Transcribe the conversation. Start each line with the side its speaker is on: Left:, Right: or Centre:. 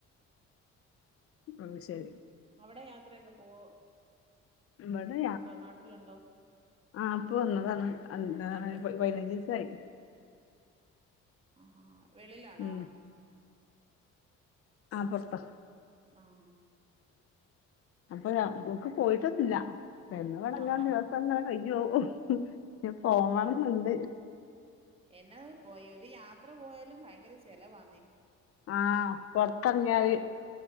Left: അത് ശരി
Right: അവിടെ യാത്രൊക്കെ പോഓ
Left: ഇവിടെ
Right: നാട്ടിലുണ്ടോ
Left: ആ ഇപ്പൊ വന്നതാണ് എന്താണ്
Right: ഉണ്ട് ഉണ്ട്
Left: പതിനഞ്ച് ദിവസായി
Right: ആഹാ വെളിലാണോ
Left: ഉം ആ പുറത്താ
Right: ആ ആഹ്
Left: അപ്പൊ നക്ക് പോയിട്ടൊന്നില്ല പിന്നെ വടങ്ങാൻ
Right: ആഹാ
Left: ദിവസം അങ്ങനെ കഴിഞ്ഞേവും <unintelligible> പോവണമെന്നെയുണ്ട്
Right: എന്നെ പോയി ഒരു യാത്ര പോയാലും ഭയങ്കര ചെിലവാന്ന
Left: ആഹ് പൊർത്തർങ്ങ്യാല്
Right: നല്ല